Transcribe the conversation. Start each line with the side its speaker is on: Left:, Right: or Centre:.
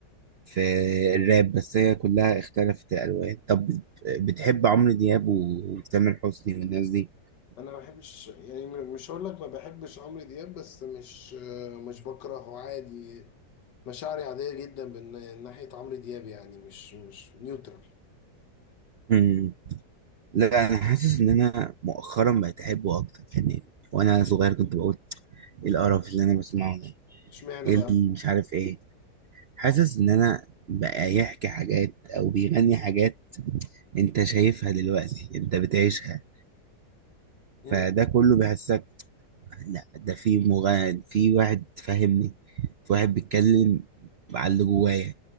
Right: في الراب بس هي كلها اختلفت الألوان طب بتحب عمرو دياب وتامر حسني والناس دي؟
Left: انا ما بحبش يعني م- مش هقول لك ما بحبش عمرو دياب بس مش مش بكرهه عادي مشاعري عادية جدا من ناحية عمرو دياب يعني مش مش نيوترال
Right: مم. لا أنا حاسس إن أنا مؤخرا بقيت أحبه أكتر يعني وأنا صغير كنت بقول إيه القرف اللي أنا بسمعه ده
Left: اشمعنى
Right: إيه
Left: بقى
Right: اللي مش عارف إيه حاسس إن أنا بقى يحكي حاجات أو بيغني حاجات أنت شايفها دلوقتي أنت بتعيشها
Left: امم
Right: فده كله بيحسك لا ده في مغني في واحد فاهمني في واحد بيتكلم على اللي جوايا